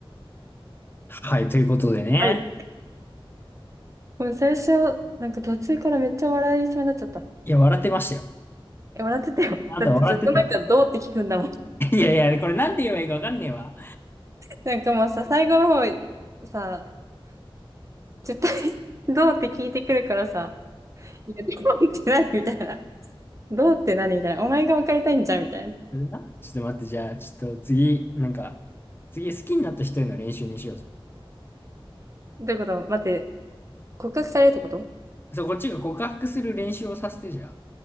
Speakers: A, on the left; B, on the right.
A: はい、ということでね。
B: はい。もう最初、なんか途中からめっちゃ笑いそうになっちゃった。
A: いや、笑ってましたよ。
B: え、笑ってたよ。
A: あなた笑ってたよ。
B: だってずっとなんかどうって聞くんだもん
A: <laughs> いやいや、これなんて言えばいいかわかんねえわ。
B: なんかもうさ、最後の方、さ、絶対 <laughs> どうって聞いてくるからさ、いや、どうって何みたいな。どうって何みたいな。お前が別れたいんじゃんみたいな。
A: これな。ちょっと待って、じゃあ、ちょっと次、なんか、次好きになった人への練習にしようぜ。
B: どういうこと待って、告白されるってこと
A: そう、こっちが告白する練習をさせてじゃ